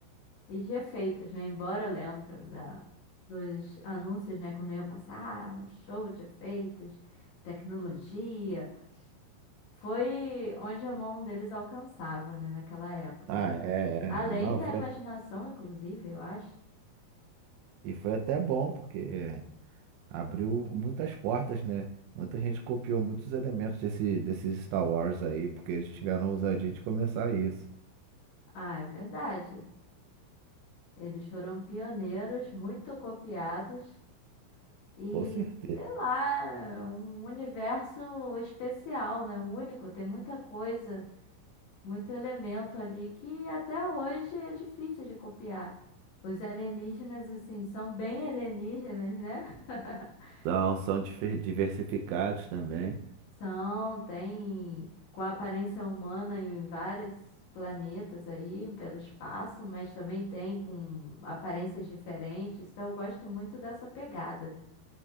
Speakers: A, on the left (about 65°); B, on the right (about 85°).
A: E de efeitos, né? Embora eu lembro da, dos anúncios, né? Quando ia passar, o show de efeitos, tecnologia. Foi onde a mão deles alcançava, né? Naquela época.
B: Ah, é,
A: Além
B: é, é. Não,
A: da
B: foi,
A: imaginação, inclusive, eu acho.
B: e foi até bom, porque abriu muitas portas, né? Muita gente copiou muitos elementos desse, desses Star Wars aí, porque eles tiveram a ousadia de começar isso.
A: Ah, é verdade. Eles foram pioneiros, muito copiados e,
B: Com certeza.
A: sei lá, um universo especial, né? Único, tem muita coisa muito elemento ali que até hoje é difícil de copiar. Os alienígenas, assim, são bem alienígenas, né? <laughs>
B: Então, são difer- diversificados também.
A: São, tem com aparência humana em em vários planetas aí, pelo espaço, mas também tem com aparências diferentes. Então eu gosto muito dessa pegada.